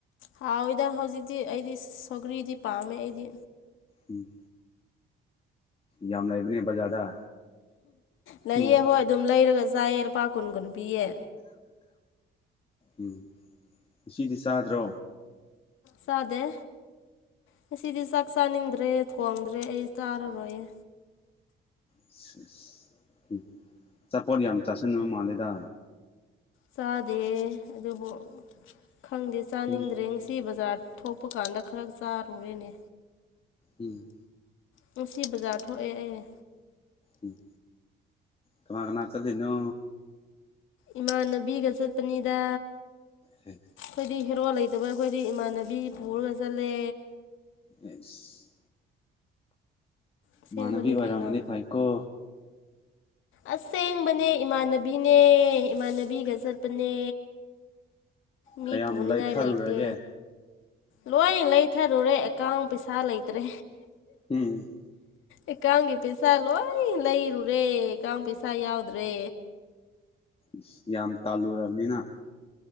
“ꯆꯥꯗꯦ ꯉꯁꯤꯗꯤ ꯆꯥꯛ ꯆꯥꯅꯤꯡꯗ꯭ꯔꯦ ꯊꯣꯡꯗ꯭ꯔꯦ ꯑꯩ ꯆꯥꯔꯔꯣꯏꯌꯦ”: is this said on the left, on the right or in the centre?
Left